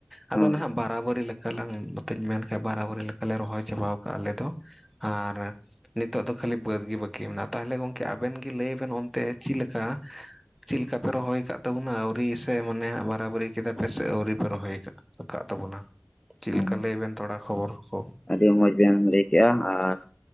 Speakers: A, in the centre; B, on the left.
A: ᱟᱫᱚ
B: ᱦᱮᱸ
A: ᱱᱟᱦᱟᱜ ᱵᱟᱨᱟᱵᱟᱹᱨᱤ ᱞᱮᱠᱟ ᱞᱟᱝ ᱱᱚᱛᱮᱧ ᱢᱮᱱ ᱠᱷᱟᱡ ᱵᱟᱨᱟᱵᱟᱹᱨᱤ ᱞᱮᱠᱟᱞᱮ ᱨᱚᱦᱚᱭ ᱪᱟᱵᱟᱣ ᱠᱟᱜ ᱟᱞᱮ ᱫᱚ᱾ ᱟᱨ ᱱᱤᱛᱚᱜ ᱫᱚ ᱠᱷᱟᱹᱞᱤ ᱵᱟᱹᱫᱽ ᱜᱮ ᱵᱟᱹᱠᱤ ᱢᱮᱱᱟᱜ, ᱛᱟᱦᱚᱞᱮ ᱜᱚᱝᱠᱮ ᱟᱵᱮᱱ ᱜᱤ ᱞᱟᱹᱭ ᱵᱮᱱ ᱚᱱᱛᱮ ᱪᱤ ᱞᱮᱠᱟ? ᱪᱤᱞᱠᱟ ᱯᱮ ᱨᱚᱦᱚᱭ ᱠᱟᱜ ᱛᱟᱵᱩᱱᱟ ᱟᱹᱣᱨᱤ ᱥᱮ ᱢᱚᱱᱮ ᱦᱟᱸᱜ ᱵᱟᱨᱟᱵᱟᱨᱤ ᱠᱮᱫᱟ ᱯᱮ ᱥᱮ ᱟᱹᱣᱨᱤ ᱯᱮ ᱨᱚᱦᱚᱭ? ᱪᱟᱜ ᱠᱟᱜ ᱛᱟᱵᱚᱱᱟ, ᱪᱤᱞᱠᱟ
B: ᱦᱳᱭ
A: ᱞᱟᱹᱭ ᱵᱮᱱ ᱛᱷᱚᱲᱟ ᱠᱷᱚᱵᱚᱨ ᱠᱚ?
B: ᱟᱹᱰᱤ ᱢᱚᱸᱡᱽ ᱵᱮᱱ ᱞᱟᱹᱭ ᱠᱮᱜᱼᱟ, ᱟᱨ